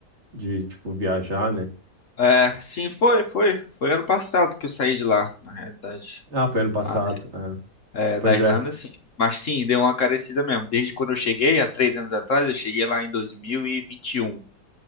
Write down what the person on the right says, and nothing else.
de, tipo, viajar, né?
Ah, foi ano passado.
ah.
Pois
é,